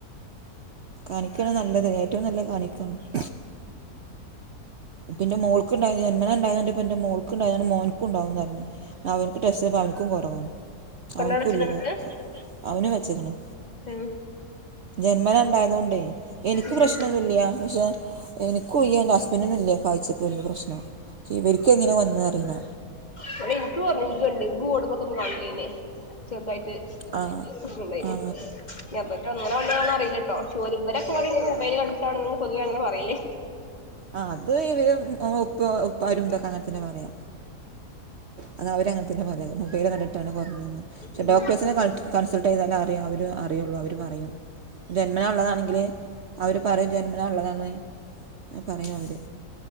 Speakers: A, on the right (about 55°); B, on the left (about 25°).
A: കാണിക്കാണ് നല്ലത് ഏറ്റവും നല്ല കാണിക്കണം <inaudible> പിന്നെ മോൾക്ക്ണ്ടായ ജന്മനാണ്ടായണ്ട് പിന്റെ മോൾക്ക് ഉണ്ടായതണ്ട് മോൻക്കുംണ്ടാവുംന്ന് പറഞ്ഞ്. അവൻക്ക് ടെസ്റ്റ് ചെയ്തപ്പൊ അവൻക്കും കൊറവാണ്.
B: കണ്ണടച്ച്ങ്ങാണ്ട്
A: അവെനിക്കും ഇല്ലേത്. അവനു വെച്ചേക്ക്‌ ണ്.
B: ഉം
A: ജന്മനണ്ടായതുക്കൊണ്ടേ എനിക്ക്
B: ഉം
A: പ്രശ്നമൊ ന്നില്ല. പക്ഷെ ഇനിക്കുല്ല ഇന്റെ ഹസ്ബൻഡിനുല്ല കാഴ്ചക്ക് വെല്യ പ്രശ്നം. ക്ഷേ ഇവെരിക്ക് എങ്ങനെ വന്നെന്നറിയില്ല.
B: ഇവെടെ എനിക്ക് വർണനൊ ഇങ്കൊണ്ട്. ഇങ്കുക്കൂടുമ്പോക്ക ഒന്ന് വള്ളിനെ ചെറുതായ്ട്ട്.
A: ആ
B: <unintelligible>
A: ആ
B: ഞങ്ങക്കങ്ങന വന്നതാണോന്ന് അറില്ലട്ടോ. ചെലവരെക്കെ പറയും ഇങ്ങനെ മെബൈൽ കണ്ടിട്ടാണ് ന്ന് പൊതുവെ അങ്ങെനെ പറയല്.
A: ആഹ് അത് ഇവ ഉപ്പ ഉപ്പാരു തൊക്കെ അങ്ങനെത്തന്നെ പറയ. അത് അവെരങ്ങനെത്തന്നെ പറയു. മെബൈല് കണ്ടിട്ടാണ് കൊറഞ്ഞൂന്ന്. പക്ഷെ
B: ഉം
A: ഡോക്ടേഴ്സിനെ കാണി കൺസൾട്ട് ചെയ്താലെ അറിയാ. അവര് അറിയൊള്ളൂ. അവര് പറയും. ജന്മനയൊള്ളതാണെങ്കില് അവര്. പറയും. ജന്മനാ ഉള്ളതാണ് പറയും അവെര്.